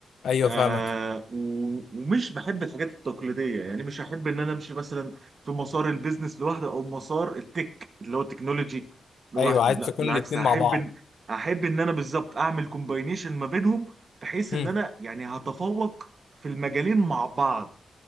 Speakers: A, on the left (about 80°); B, on the right (about 40°).
A: ايوه
B: آه
A: فاهمك
B: و- ومش بحب الحاجات التقليديه يعني مش هحب ان انا امشي مثلا في مسار البيزنس لوحده او مسار التك اللي هو التكنولوجي لوحده
A: ايوه عايز
B: لا
A: تكون
B: بالعكس
A: الاتنين
B: هحب
A: مع بعض
B: إن- هحب ان انا بالظبط اعمل كومباينيشن ما بينهم بحيث
A: مم.
B: ان انا يعني هتفوق في المجالين مع بعض